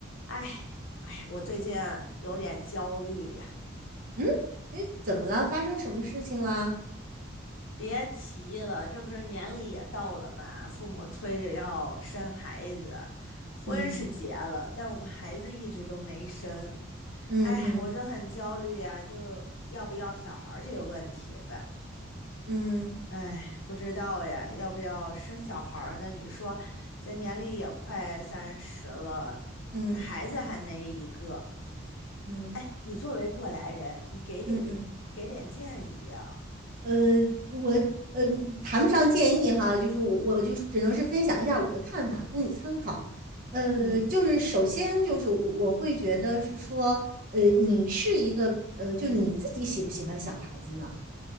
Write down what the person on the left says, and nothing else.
哎，哎，我最近啊有点焦虑呀，
别提了，这不是年龄也到了嘛，父母催着要生孩子，婚是结了，
但我们孩子一直都没生，
哎，我就很焦虑呀，就要不要小孩儿这个问题呗，
哎，不知道呀，要不要生小孩儿呢？你说，咱年龄也快三十了，
这孩子还没一个。
哎，你作为过来人，你给给点给点建议啊。
嗯，